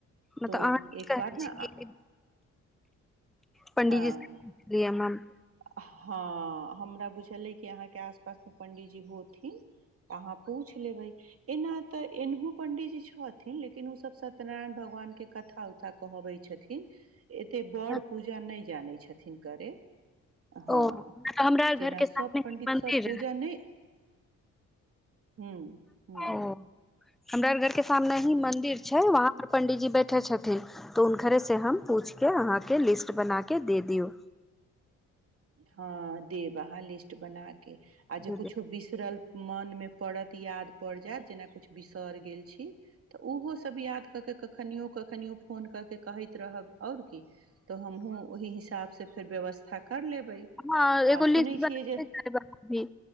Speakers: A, in the centre; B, on the right.
A: नै
B: तो
A: त अहाँ
B: एक
A: कहय
B: बार न
A: छियै पंडिजी
B: हँ
A: से बात करैया मम्मी
B: हँ हमरा बुझल अइ कि अहाँके आस पासमे पण्डीजी होथिन तऽ अहाँ पूछि लेबय एना तऽ एनहु पंडिजी छथिन लेकिन ओसभ सत्यनारायण भगवानके कथा उथा कहबै छथिन एते बड़
A: अ
B: पूजा नहि जानय छथि थिन करय हँ
A: ओ नहि तऽ हमरा आर
B: जेना
A: घर के सामने
B: सभ पण्डितसभ
A: ही मंदिर
B: पूजा नहि हुं हुं
A: ओ हमरा आर घर के सामने मंदिर छै वहाँ पर पंडितजी बैठय छथिन तऽ हुनकरे से हम पूछिके अहाँके लिस्ट बनाके दे दियौ
B: हँ देब अहाँ लिस्ट बना के के आ जे
A: हँ
B: कुछो बिसरल मन मे पड़त याद पड़ जायत जेना कुछ बिसर गेल छी तऽ उहो सब याद कऽ के कखनियो कखनियों फोन क' के कहैत रहब और की हमहुँ ओहि हिसाब से फेर व्यवस्था कर लेबै
A: ह एगो
B: आ
A: लिस्ट
B: सुनै
A: बनाे
B: छियै जे
A: जाय भी